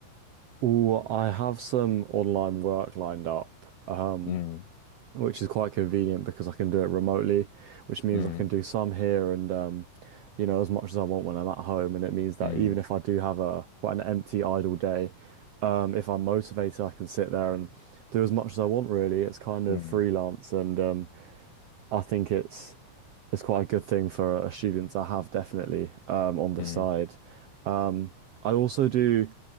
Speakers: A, on the right (about 80°); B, on the left (about 75°).
A: Oh, I have some online work lined up, um,
B: Mm,
A: which is quite convenient because I can do it remotely, which means
B: mm,
A: I can do some here and um, you know, as much as I want when I'm at home. And it means that
B: mm,
A: even if I do have a quite an empty, idle day, um, if I'm motivated, I can sit there and do as much as I want, really. It's kind of
B: mm,
A: freelance and um, I think it's it's quite a good thing for a student to have definitely um, on the
B: mm,
A: side. Um, I also do